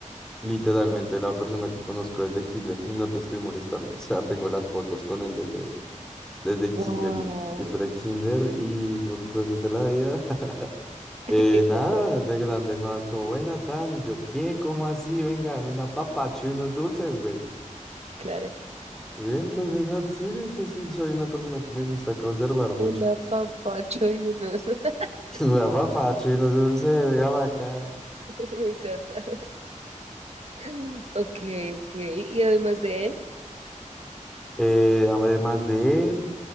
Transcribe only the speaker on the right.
Wow.
<laughs>
Qué
cosa,
claro.
Un apapacho y unos... <laughs>
Me encanta. <laughs> Ok, ok. Y además de él,